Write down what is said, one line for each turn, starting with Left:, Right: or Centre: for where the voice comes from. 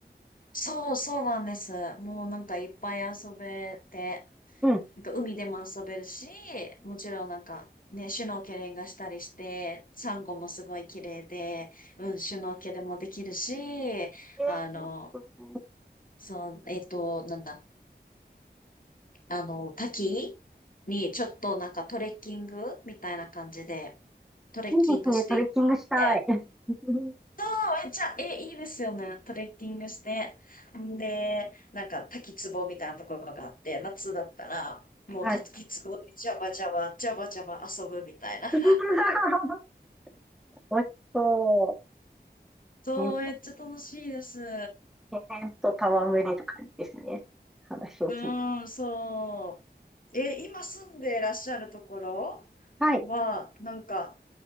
Left: そう、そうなんです。もうなんかいっぱい遊べて、
Centre: うん。
Left: なんか海でも遊べるし、もちろんなんかね、シュノーケリングしたりして、サンゴもすごい綺麗で、うん、シュノーケルもできるし、
Centre: えー、トレ
Left: あの、
Centre: ッキング
Left: そう、えっと、なんだ。あの、滝にちょっとなんかトレッキングみたいな感じで、トレッキングしていって、
Centre: いいですね。トレッキングしたい。<laughs> うん
Left: あめっちゃ、え、いいですよね。トレッキングして。んで、なんか滝壺みたいなところがあって、夏だったら、もう滝壺でジャバジャバ、
Centre: はい。
Left: ジャバジャバ遊ぶみたいな。<laughs>
Centre: <laughs> 美味しそ
Left: そう、
Centre: う。ね
Left: めっちゃ楽しいです。
Centre: 自然と戯れる感じですね。話を聞いてる。
Left: うーん、そう。え、今住んでいらっしゃるところ
Centre: はい。
Left: は、なんか、